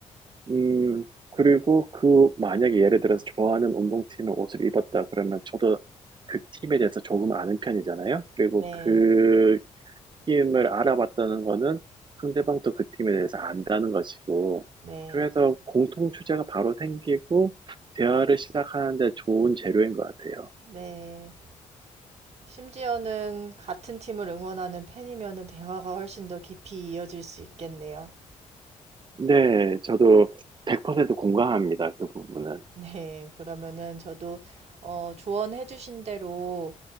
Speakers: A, on the right; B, on the right.
A: 음 그리고 그 만약에 예를 들어서 좋아하는 운동팀의 옷을 입었다 그러면 저도 그 팀에 대해서 조금 아는 편이잖아요. 그리고
B: 네.
A: 그 팀을 알아봤다는 거는 상대방도 그 팀에 대해서 안다는 것이고,
B: 네.
A: 그래서 공통 주제가 바로 생기고, 대화를 시작하는데 좋은 재료인 것 같아요.
B: 네. 심지어는 같은 팀을 응원하는 팬이면은 대화가 훨씬 더 깊이 이어질 수 있겠네요.
A: 네, 저도 100% 공감합니다. 그 부분은.
B: 네, 그러면은 저도 어, 조언해 주신 대로